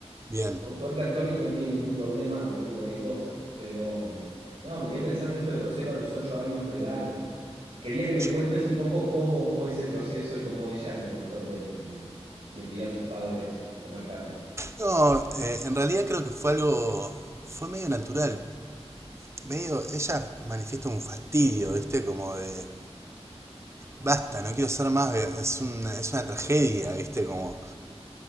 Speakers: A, on the right; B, on the right.
A: Bien.
B: Por suerte, Antonio no tiene ningún problema y come cualquier cosa. Pero, mm, no, me quedé pensando esto de los cero a los 8 años vegano. Quería que me
A: Yo-
B: cuentes un poco cómo fue ese proceso y cómo ella le contó, le, le le pidió a sus padres comer carne.
A: no, eh, en realidad creo que fue algo, fue medio natural. Medio, ella manifiesta un fastidio, ¿viste? Como de, basta, no quiero ser más, ve- es una, es una tragedia, ¿viste? Como